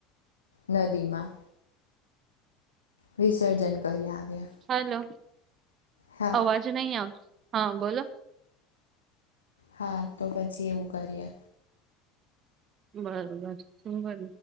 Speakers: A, on the left; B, on the right.
A: નદીમાં વિસર્જન કરી આવ્યા
B: હલો
A: હા
B: અવાજ નહી આવતો હા બોલો
A: હા તો પછી એવું કરીએ
B: બરોબર સંભર